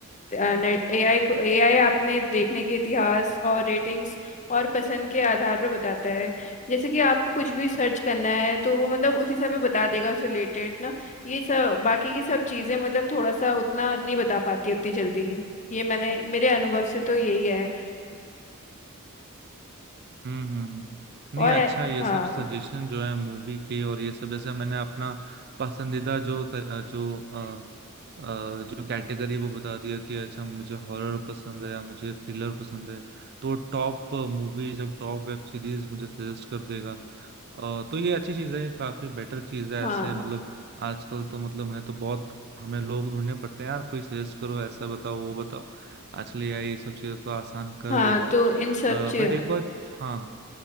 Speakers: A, on the left (about 35°); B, on the right (about 50°).
A: एआई को एआई आपने देखने के इतिहास और रेटिंग्स और पसंद के आधार पर बताता है जैसे कि आपको कुछ भी सर्च करना है तो वो मतलब उसी समय बता देगा उससे रिलेटेड ना ये सब बाकी की सब चीजें मतलब थोड़ा सा उतना नहीं बता पाती उतनी जल्दी ये मैंने मेरे अनुभव से तो यही है
B: हम्म हम्म, हम्म।
A: और
B: नहीं अच्छा
A: ए-
B: ये
A: हाँ
B: सब सजेशन जो है मूवी के और ये सब जैसे मैंने अपना पसंदीदा जो त- अ, जो अ, अ, जो कैटेगरी वो बता दिया कि अच्छा मुझे हॉरर पसंद है या मुझे थ्रिलर पसंद है तो टॉप मूवीज और टॉप वेब सीरीज मुझे सजेस्ट कर देगा अ, तो ये अच्छी चीज़ है काफी बेटर चीज़ है
A: हाँ
B: ऐसे मतलब आजकल तो मतलब मैंने तो बहुत हमें लोग ढूंढने पड़ते हैं यार कोई सजेस्ट करो ऐसा बताओ वो बताओ आजकल ये ये सब चीज़ें तो आसान कर
A: हाँ
B: दे रहा
A: तो इन सब चीज
B: है बट एक और हाँ